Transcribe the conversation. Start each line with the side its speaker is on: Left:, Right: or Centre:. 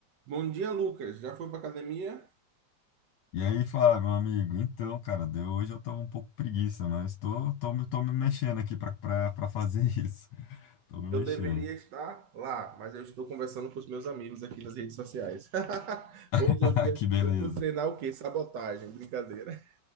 Right: Bom dia, Lucas. Já foi para academia?
Left: E aí, Flávio, meu amigo, então, cara, de- hoje eu tô um pouco preguiça, mas tô, tô, me- tô me mexendo aqui pra, pra, pra fazer isso. <laughs> Tô me
Right: Eu
Left: mexendo.
Right: deveria estar lá, mas eu estou conversando com os meus amigos aqui nas redes sociais. <laughs> Hoje
Left: <laughs>
Right: é o dia.
Left: Que beleza,
Right: Eu fui treinar o quê? Sabotagem, brincadeira.